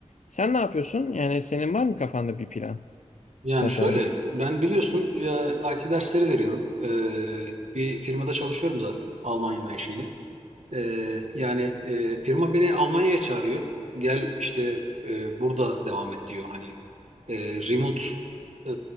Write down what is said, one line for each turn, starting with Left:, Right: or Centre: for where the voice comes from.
Left: Sen ne yapıyorsun? Yani senin var mı kafanda bir plan,
Right: Yani
Left: bir tasarı?
Right: şöyle, ben biliyorsun ya, IT dersleri veriyorum. Ee, bir firmada çalışıyorum zaten. Almanya menşeli. Ee, yani e, firma beni Almanya'ya çağırıyor. Gel işte e, burada devam et diyor. Hani e, remote e,